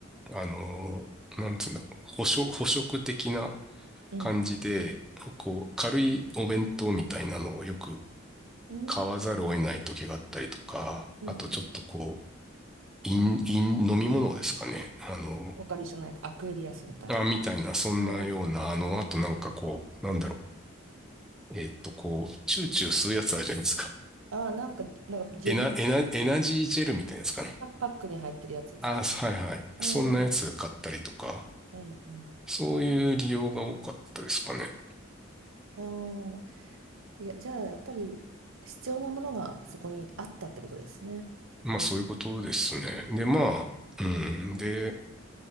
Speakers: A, in the centre; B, on the right.
A: う、あのーなんつうんだろう、捕食、捕食的な
B: うん。
A: 感じで、こう、軽いお弁当みたいなのをよく
B: うん、
A: 買わざるを得ない時があったりとか、
B: うん、
A: あとちょっとこう、
B: うん。
A: 飲、飲、飲み物ですかね。あの
B: ポポカリじゃないか、アクエリアスみたいな。
A: ーあ、みたいな、そんなような、
B: うん。
A: あの、あとなんかこう、なんだろう。えっと、こう、チューチュー吸うやつあるじゃないですか。
B: ああ、なんか、なんかジェリーみたいな、
A: エナ、エナ、エナジージェルみたいなやつかな。
B: パパックに入ってるやつですか
A: あ、はいはい。
B: うん、
A: そんなやつ買ったりとか、
B: うん、うん。
A: そういう利用が多かったですかね。
B: あーいや、じゃあ、やっぱり必要なものがそこにあったってことですね。
A: まあそういうことですね。
B: うん
A: で、まあ、うん。で、